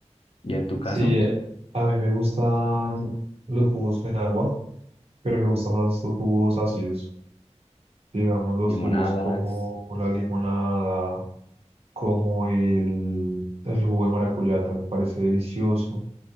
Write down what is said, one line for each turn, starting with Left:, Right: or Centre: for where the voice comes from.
Left: Y en tu caso,
Right: Sí, eh, a mí me gustan los jugos en agua, pero me gustan más los jugos ácidos. Digamos, los
Left: limonadas,
Right: jugos como la limonada, como el, el jugo de maracuyá, también me parece delicioso.